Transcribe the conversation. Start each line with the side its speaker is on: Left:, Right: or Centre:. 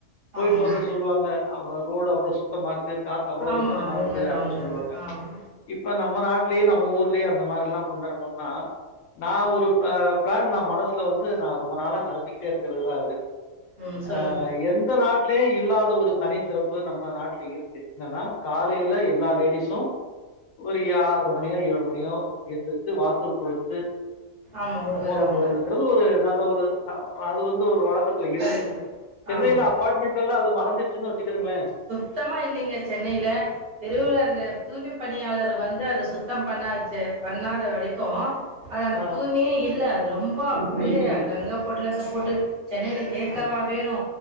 Left: போயிட்டு
Right: ஆமா.
Left: வந்து சொல்லுவாங்க அவுங்க ரோடு அவ்வளோ சுத்தமாருக்கு காத்து அவ்ளோ
Right: ஆமா.
Left: சுத்தமாருக்கு
Right: உண்மதான்,
Left: அப்டி
Right: உண்மதான்.
Left: சொல்லுவாங்க
Right: ஆமா.
Left: இப்ப நம்ம நாட்லயு நம்ம ஊர்லயு அந்த மாரிலா கொண்டுவரணும்னா நா ஒரு ப ப்ளான் நா மனசுல வந்து நா ரொம்ப நாளா நெனச்சிக்கிட்டேருக்கறதுதா அது
Right: ம். சொல்லுங்க.
Left: அ எந்த நாட் டிலயு இல்லாத ஒரு தனி சிறப்பு நம்ம நாட்ல இருக்கு என்னன்னா காலைல எல்லா லேடிஸும் ஒரு யா ஆறுர மணியோ ஏழு மணியோ எந்துச்சு வாசல் தொழுச்சு
Right: ஆமா. உண்மதான்,
Left: கோலம்
Right: உண்ம.
Left: போறதுங்கறது ஒரு நல்ல ஒரு அது வந்து ஒரு வழக்கத் துல இருக்கு
Right: கரெக்ட்டு தான்.
Left: சென்னைல
Right: ஆமா.
Left: அபார்ட்மெண்ட்ல எல்லா அது மறஞ்சிருச்சினு வச்சுக்கிருங்களே
Right: சுத்தமா இல்லிங்க சென்னைல தெ ருவுல அந்த தூய்மைப் பணியாளரு வந்து அத சுத்தம் பண்ணாச்சே பண்ணாத வரைக்கு அது அந்த
Left: ஆ
Right: தூய்மையே இல்ல அது ரொம்ப அப்பிடியே
Left: இல்லைங்க
Right: அங்கங்க
Left: இல்லை
Right: பொட்லத்த போட்டு சென்னைல கேக்கவா
Left: ஆ
Right: வேணு